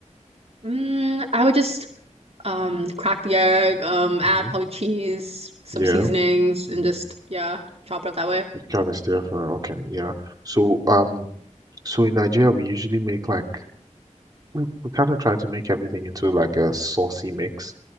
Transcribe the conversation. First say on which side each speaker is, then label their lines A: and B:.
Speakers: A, on the right; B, on the right.
A: Mm, I would just Um, crack the egg, um, add
B: hmm
A: probably cheese, some
B: Yeah.
A: seasonings, and
B: Mm.
A: just, yeah, chop it up that way.
B: You kind of stir fry. Okay, yeah. So, um So in Nigeria, we usually make like we, we kind of try to make everything into like a saucy mix.